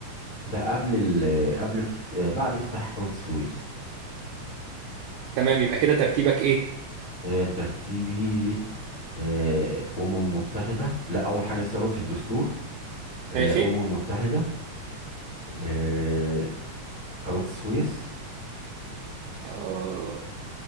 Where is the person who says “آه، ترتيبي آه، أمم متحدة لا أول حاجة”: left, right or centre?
Left